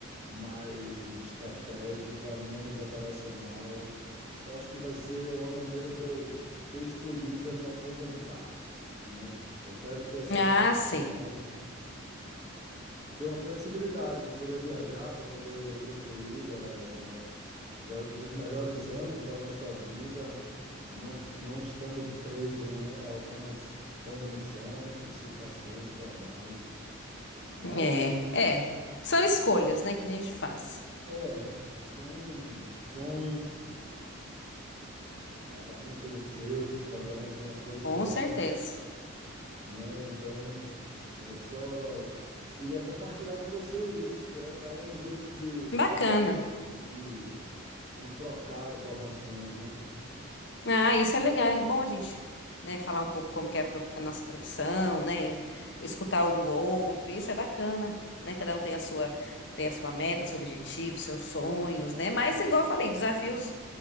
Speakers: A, on the right (about 30°); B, on the left (about 55°).
A: mais estratégica, menos operacional. Eu acho que vai ser uma maneira que eu, que eu escolhi para me aposentar, né? Eu quero ter essa
B: Ah,
A: flexibilidade,
B: sim.
A: ter uma flexibilidade para poder viajar, para poder usufruir da da da- dos melhores anos da nossa vida, não, não estando preso, né, a algumas convenções e situações formais. Mas
B: É, é. São escolhas, né, que a gente faz.
A: é, são sonhos, cada um tem os seus, cada um tem a sua disposição,
B: Com certeza.
A: né? Então, é só queria compartilhar com vocês. É, é um jeito de,
B: Bacana.
A: de, de trocar informações, né?
B: Ah, isso é legal. É bom a gente, né, falar um pouco como que é a prof- a nossa profissão, né? Escutar o do outro. Isso é bacana, né? Cada um tem a sua, tem a sua meta, seu objetivo, seus sonhos, né? Mas, igual eu falei, desafios,